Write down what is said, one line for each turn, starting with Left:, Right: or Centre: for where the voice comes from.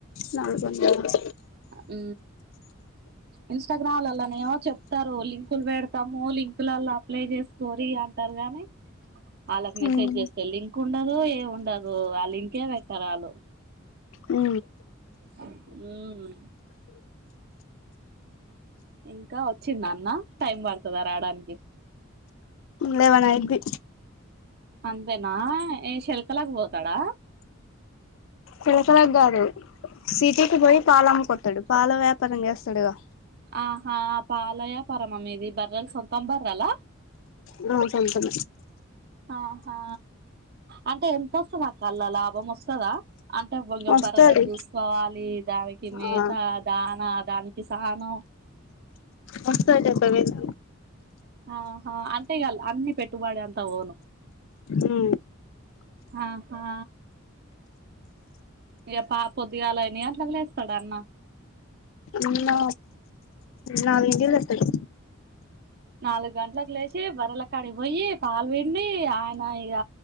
Left: నల్గొండ
Right: ఊ ఇన్స్టాగ్రామ్లల్లనేమో చెప్తారు లింకులు పెడతాము లింకులల్ల అప్లై చేసుకోరి అని తరగానే ఆళ్ళకి మెసేజ్
Left: ఉమ్
Right: చేస్తే లింక్ ఉండదు ఏ ఉండదు ఆ లింకే పెట్టరు ఆళ్ళు
Left: ఊ
Right: ఊ ఇంకా వచ్చిండ అన్న టైం పడుతదా రాడానికి
Left: లేవన్ అయిద్ధి
Right: అంతెనా ఏ శల్కలక్ పోతడా
Left: శలకలకు కాదు సిటీకి పోయి పాల అమ్ముకతడు పాల వ్యాపారం చేస్తాడుగా
Right: ఆహా పాల యాపారమ మీది బర్రల్ సొంత బర్రల
Left: నవు సొంతం
Right: ఆహా అంటే ఎంతొస్తదక్క అల్ల లాభం వస్తదా అంటే బొంగ
Left: వస్తది
Right: బరలను చూసుకోవాలి దానికి మెతా
Left: ఆ
Right: దానా దానికి సానం
Left: వస్తయ్ డెబై వేళకి
Right: ఆహా అంటె ఇగ అల్ల అన్ని పెట్టుబడి అంతా ఓను
Left: ఊ
Right: ఆహా ఇగ పా పొద్దిగాల ఎన్ని గంటలకు లేస్తాడు అన్నా
Left: అన్న నాలుగింటికి లేస్తడు
Right: నాలుగు గంటలకు లేచి బర్రల కాడి పోయి పాలు విండి ఆయన ఇగ